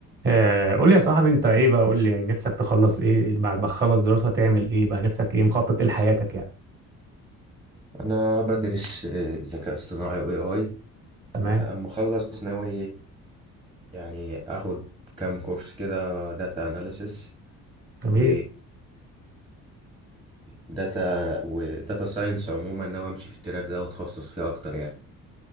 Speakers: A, on the right; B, on the right.
A: آه، قول لي يا صاحبي انت ايه بقى قول لي يعني نفسك تخلص ايه بعد ما تخلص دراسة تعمل ايه بقى نفسك ايه مخطط ايه لحياتك يعني
B: انا بدرس آه، ذكاء اصطناعي واي اي
A: تمام
B: اما اخلص ناوي يعني اخد كام كورس كده داتا اناليسس
A: جميل
B: و وداتا وداتا ساينس عموما ناوي امشي في التراك ده واتخصص فيه اكتر يعني